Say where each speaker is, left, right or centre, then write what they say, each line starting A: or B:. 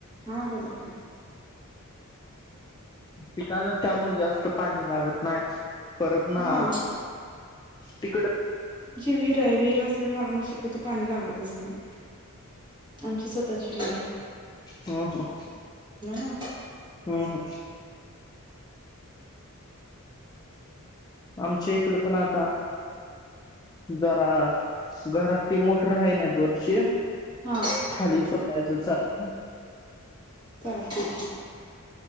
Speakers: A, on the right; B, on the left.
A: हा बोला की
B: पिकायला त्यामुळे जास्त पाणी लागत नाही. परत ना.
A: हा
B: तिकड
A: विर असल्यामुळे आम्हाला शक्यत पाणी लागतच नाही आम स् <inaudible>
B: हम-हम,
A: ना
B: हम्-हम आमच्या इकड पण आता जरा घरातली मोठर आहे ना बोरची
A: हा
B: खाली सोडायचं चालय.
A: चालतंय की.